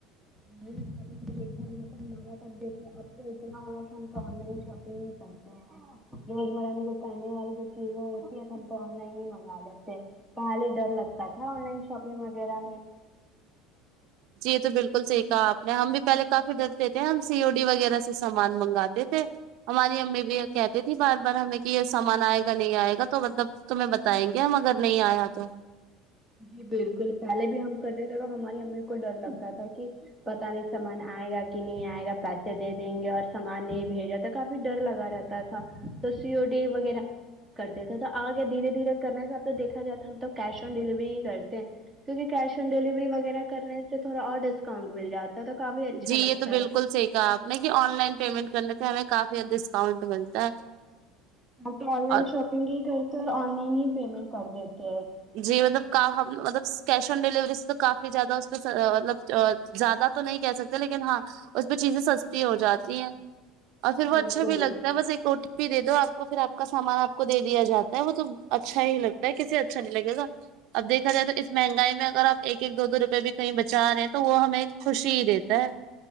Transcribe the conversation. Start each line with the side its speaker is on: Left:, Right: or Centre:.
Centre: <unintelligible> تو ہمارا تو اب دیکھ اب تو اتنا ہوا تو ہم تو آن لائن شاپنگ ہی کرتے ہیں روز مرہ میں جو پہنے والی جو چیزیں ہوتی ہے تو ہم تو آن لائن ہی منگا لیتے ہیں پہلے ڈر لگتا تھا آن لائن شاپنگ وغیرہ میں
Right: جی یہ تو بالکل صحیح کہا آپ نے ہم بھی پہلے کافی ڈرتے تھے ہم سیو ڈی وغیرہ سے سامان منگاتے تھے ہماری امی بھی کہتی تھی بار بار ہمیں کہ یہ سامان آئے گا نہیں آئے گا تو مطلب تمہیں بتائیں گے ہم اگر نہیں آیا تو
Centre: جی بالکل پہلے بھی ہم کرے تھے تو ہماری امی کو ڈر لگتا تھا کہ پتا نہیں سامان آئے گا کہ نہیں آئے گا پیسے دے دیں گے اور سامان نہیں بھیجا تھا کافی ڈر لگا رہتا تو سی و ڈی وغیرہ کرتے تھے تو آگے دھیرے دھیرے کرنے سے اب تویکھا جاتا ہم تو کیش آن ڈیلیوری کرتے کیونکہ کیش آن ڈیلیوری وغیرہ کرنے سے تھوڑا اور ڈسکاؤنٹ مل جاتا وہ تو کافی اچھا
Right: جی یہ
Centre: لگتا
Right: تو بالکل
Centre: ہے
Right: صحیح آپ نے کہ آن لائن پیمنٹ کرنے سے ہمیں کافی ڈسکاؤنٹ ملتا ہے
Centre: آ تو آن لائن
Right: اور
Centre: شاپنگ ہی کرتے اور آن لائن ہی پیمینٹ کر دیتے ہیں
Right: جی مطلب مطلب کیش آن ڈیلیوری سے تو کافی زیادہ اس مطلب زیادہ تو نہیں کہہ سکتے لیکن ہاں اس پہ چیزیں سستی ہو جاتی ہیں اور پھر وہ اچھا
Centre: بالکل
Right: بھی لگتا ہے بس ایک ا بھی دے دو آپ کو پھر آپ کا سامان آپ کو دے دیا جاتا ہے وہ تو اچھا ہی لگتا ہے کسی اچھا نہیں لگے گا اب دیکھا جائے تو اس مہنگائی میں اگر آپ ایک ایک دو دو روپے بھی کہیں بچا رہے ہیں تو وہ ہمیں خوشی ہی دیتا ہے